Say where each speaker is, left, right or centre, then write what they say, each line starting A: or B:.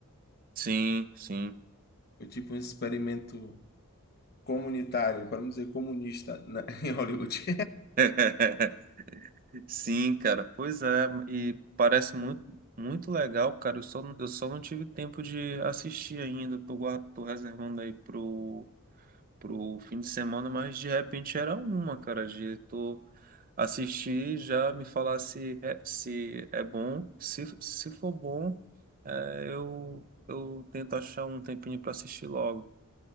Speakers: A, on the right; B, on the left.
A: Sim, sim.
B: Foi tipo um experimento comunitário, para não dizer comunista, na- <laughs> em Hollywood.
A: <laughs> Sim, cara. Pois é, e parece muito, muito legal, cara. Eu só, eu só não tive tempo de assistir ainda. Tô, gua- tô reservando aí pro, pro fim de semana, mas de repente era uma, cara, de tu assistir, já me falar se é, se é bom. Se, se for bom, é, eu, eu tento achar um tempinho pra assistir logo.